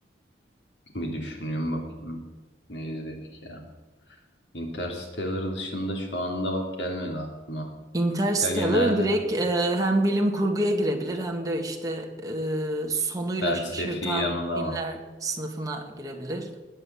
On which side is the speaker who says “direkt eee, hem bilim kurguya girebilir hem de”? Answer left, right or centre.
Right